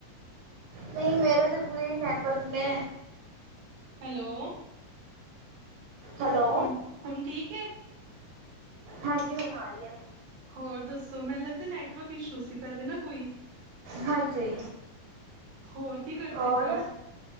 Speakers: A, on the right; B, on the right.
A: ਨਈਂ ਮੇਰੇ ਤਾਂ ਪੂਰੇ ਹੀ ਨੈਟਵਰਕ ਨੇ
B: ਹੈਲੋ
A: ਹੈਲੋ
B: ਹੁਣ ਹੁਣ ਠੀਕ ਐ?
A: ਹਾਂਜੀ ਹੁਣ ਆ ਰਹੀ ਐ।
B: ਹੋਰ ਦੱਸੋ ਮੈਨੂੰ ਲੱਗਦਾ ਨੈਟ ਨੈਟਵਰਕ ਇਸ਼ੂ ਸੀ ਪਹਿਲੇ ਨਾ ਕੋਈ।
A: ਹਾਂਜੀ।
B: ਹੋਰ ਕੀ ਕਰਦੇ
A: ਹੋਰ
B: ਪਏ ਹੋ?